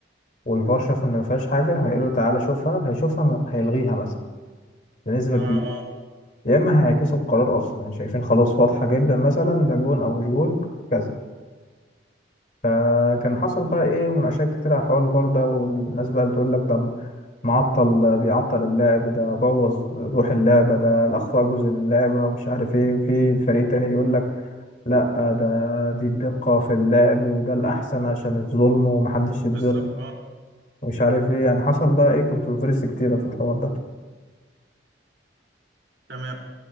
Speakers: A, on the left (about 40°); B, on the right (about 70°).
A: والفار شافوا ان ما فيهاش حاجة هيقولوا تعالى شوفها هيشوفها م- هيلغيها مثلا بنسبة
B: اه آه،
A: كبيرة
B: آه.
A: يا اما هيعكسوا القرار اصلا يعني شايفين خلاص واضحة جدا مثلا ده جون او مش جون كذا فكان حصل بقى ايه مناقشات كتير على حوار الفار ده والناس بقى بتقول لك ده معطل بيعطل اللعب ده بوظ روح اللعبة ده الأخطاء جزء من اللعبة ومش عارف إيه وفي فريق تاني بيقول لك لأ ده دي الدقة في اللعب وده الأحسن عشان الظلم ومحدش يتظلم
B: بالظبط اه
A: ومش عارف إيه يعني حصل بقى إيه كونتروفيرسي كتيرة في الحوار ده
B: تمام